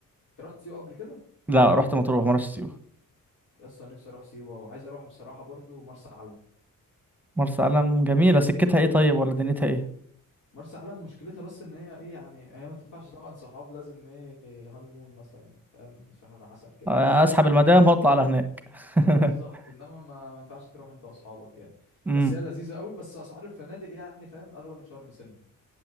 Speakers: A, on the left (about 60°); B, in the centre.
A: أنت رحت سيوة قبل كده؟
B: لا رحت مطروح ما رحتش سيوه
A: يا اسطى نفسي اروح سيوه وعايز اروح بصراحه برضو مرسى علم
B: مرسى علم جميله سكتها ايه طيب ولا دنيتها ايه
A: مرسى علم مشكلتها بس ان هي ايه يعني هي ما تنفعش طبعا صحاب لازم ايه هاني مون مثلا فاهم شهر عسل كده
B: آه، اسحب المدام واطلع على هناك <laughs>
A: آه بالظبط انما ما ما ينفعش تروح انت واصحابك يعني
B: امم
A: بس هي لذيذه قوي بس اسعار الفنادق يعني فاهم اغلى من شرم سنه